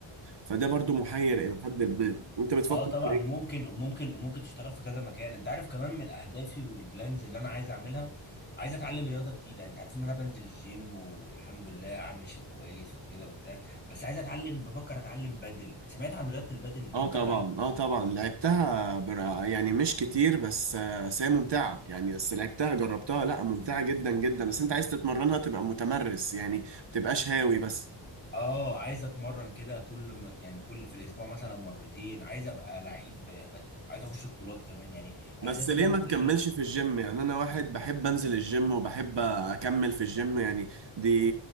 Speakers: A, on the right; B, on the left.
A: فده برضو محير الى حد ما وانت بتفكر
B: اه طبعا
A: في ايه
B: وممكن وممكن وممكن تشتغل في كذا مكان انت عارف كمان من اهدافي والبلانز اللي انا عايز اعملها عايز اتعلم رياضه جديده انت عارف ان انا بنزل الجيم والحمد لله عامل شيب كويس وكده وبتاع بس عايز اتعلم بفكر اتعلم بدل سمعت عن رياضه البدل بفكر
A: اه طبعا
B: اتعلم
A: اه طبعا لعبتها برا يعني مش كتير بس آه، بس هي ممتعة يعني بس لعبتها جربتها لا ممتعة جدا جدا بس انت عايز تتمرنها تبقى متمرس يعني ما تبقاش هاوي بس
B: اه عايز اتمرن كده كل م... يعني كل في الاسبوع مثلا مرتين عايز ابقى لعيب بدل عايز اخش بطولات كمان يعني
A: بس
B: اهدافي
A: ليه
B: ان انا
A: ما تكملش
B: اخش
A: في الجيم يعني انا واحد بحب انزل الجيم وبحب اكمل في الجيم يعني دي